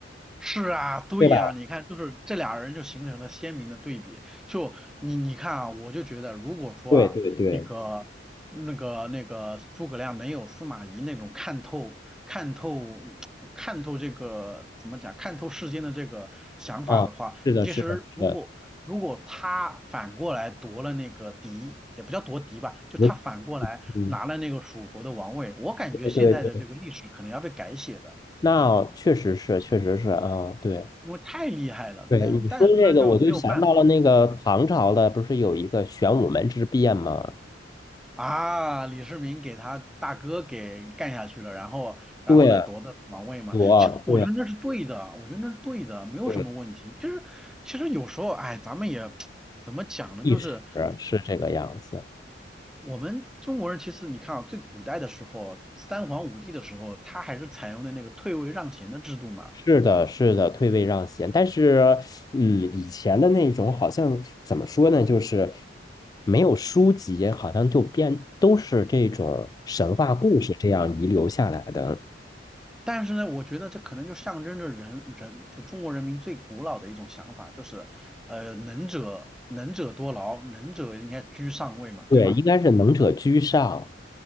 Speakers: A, in the centre; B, on the left.
A: 是啊，对呀，
B: 对吧？
A: 你看，就是这俩人就形成了鲜明的对比。就你，你看啊，我就觉得，如果说啊，
B: 对对对，
A: 那个、那个、那个诸葛亮能有司马懿那种看透、看透、看透这个怎么讲，看透世间的这个想法的话，
B: 啊，是的，
A: 其实如果如果他反过来夺了那个嫡，
B: 是的，是的，
A: 也不叫夺嫡吧，就他反过来拿了那个蜀国的王位，
B: 我嗯，
A: 我感觉现在的这个历史可能要被改写的。
B: 对对对，那确实是，确实是啊，对
A: 因为太厉害了，
B: 对，
A: 但但是呢就没有办法
B: 你说这个，我就想到了那个唐朝的，不是有一个玄武门之变吗？
A: 啊，李世民给他大哥给干下去了，然后然后呢夺得王位嘛，
B: 对啊，我对啊，
A: 其实我觉得那是对的，我觉得那是对的，没有什么问题。
B: 对，
A: 就是其实有时候哎，咱们也 <tsk> 怎么讲呢，
B: 一史
A: 就是
B: 是这个样子。
A: 我们中国人其实你看啊，最古代的时候，三皇五帝的时候，他还是采用的那个退位让贤的制度嘛。
B: 是的，是的，退位让贤，但是，嗯，以前的那种好像怎么说呢，就是没有书籍，好像就编都是这种神话故事这样遗留下来的。
A: 但是呢，我觉得这可能就象征着人人就中国人民最古老的一种想法，就是呃能者能者多劳，能者应该居上位嘛，
B: 对，
A: 对吧？
B: 应该是能者居上。